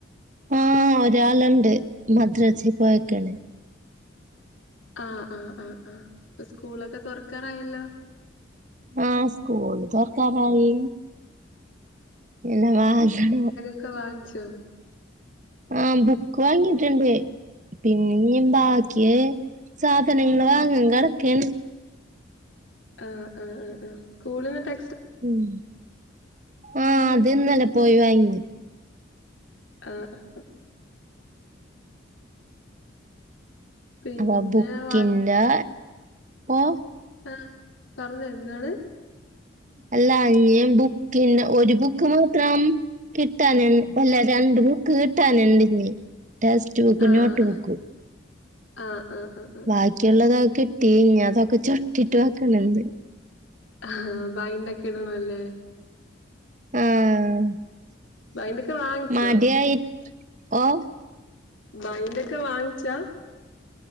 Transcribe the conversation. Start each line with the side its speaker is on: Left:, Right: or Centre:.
Right: ആഹ് ഒരാള്ണ്ട് മദ്രസി പോയേക്കാണ്
Left: ആഹ് ആഹ് ആഹ് ആഹ് സ്കൂളൊക്കെ തൊറക്കാറായല്ലോ
Right: ആഹ് സ്കൂള് തൊർക്കാറായി എല്ലാ <unintelligible>
Left: ഒക്കെ വാങ്ങിച്ചോ?
Right: ആഹ് ബുക്ക് വാങ്ങീട്ട്ണ്ട് പിന്നെഞ്ഞ് ബാക്കി സാധനങ്ങള് വാങ്ങാൻ കെടക്കാണ്
Left: ആഹ് ആഹ് അ അ സ്കൂള്ന്ന് ടെ
Right: ഉം ആഹ് അത് ഇന്നലെ പോയി വാങ്ങി
Left: ആഹ് പിന്നെ
Right: അത്
Left: വാട്ട്
Right: പിന്നെ ഓ
Left: ആ പറഞ്ഞൊ എന്താണ്
Right: അല്ല ഇഞ്ഞ് ബുക്കിൻ്റെ ഒര് ബുക്ക് മാത്രം കിട്ടാന് അല്ല രണ്ട് ബുക്ക് കിട്ടാന്ണ്ട്ഞ്ഞി ടെക്സ്റ്റ് ബുക്കും
Left: ആഹ്
Right: നോട്ട്
Left: ആഹ്
Right: ബുക്കും
Left: ആഹ് ആഹ് ആഹ് ആഹ് ആഹ്
Right: ബാ ക്കിള്ളതൊക്കെ കിട്ടി ഇഞ്ഞതൊക്കെ ചുട്ടിട്ട് വെക്കണന്ന്
Left: ആഹ് ബൈൻഡൊക്കിടണല്ലേ?
Right: ആഹ്
Left: ബൈൻഡൊക്കെ വാങ്ങിച്ചോ
Right: മടിയായിട്ട് ഓ
Left: ബൈൻഡൊക്കെ വാങ്ങിച്ചാ